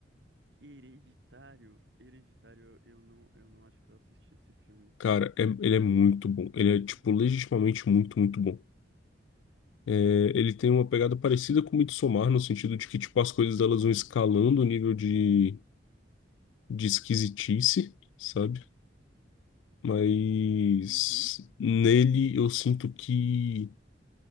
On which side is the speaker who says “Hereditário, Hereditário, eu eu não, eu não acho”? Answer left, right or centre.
Right